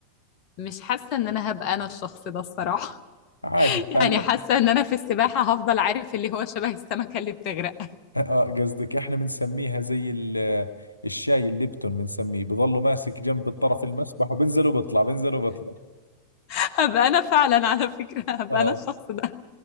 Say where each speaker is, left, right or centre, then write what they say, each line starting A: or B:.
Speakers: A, on the left; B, on the left.
A: مش حاسة ان انا هبقى انا الشخص ده الصراحة
B: عادي
A: <laughs>
B: تتعلم
A: يعني حاسة ان انا في السباحة هفضل عارف اللي هو شبه السمكة اللي بتغرق
B: <laughs> آه قصدك احنا بنسميها زي ال- الشاي الليبتون بنسميه بضله ماسك جنب الطرف المسبح وبنزل وبطلع بنزل وبطلع
A: <laughs> هبقى انا فعلا على فكرة هبقى
B: اه
A: انا الشخص ده